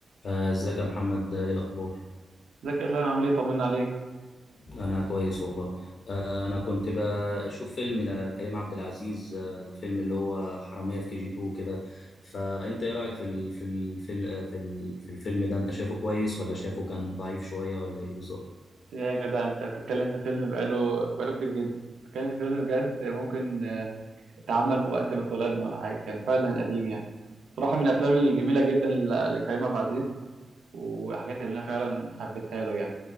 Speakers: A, on the left; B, on the right.
A: آه، ازيك يا محمد آه، ايه الاخبار
B: ازيك يا اسلام عامل ايه طمنا عليك
A: انا كويس والله آه، انا كنت بشوف فيلم لكريم عبد العزيز آه، الفيلم اللي هو حرامية في كي جي 2 كده فانت ايه رايك في ال في ال في ال في ال- في الفيلم ده انت شايفه كويس ولا شايفه كان ضعيف شوية ولا ايه بالظبط
B: يا جدع انت بتتكلم في فيلم بقاله بقاله كتير جدا كان في فيلم بجد ممكن آه، اتعمل وقت ما اتولدنا ولا حاجه كان فعلا قديم يعني صراحه من الافلام الجميله جدا ل- لكريم عبد العزيز والحاجات اللي انا فعلا حبيتها له يعني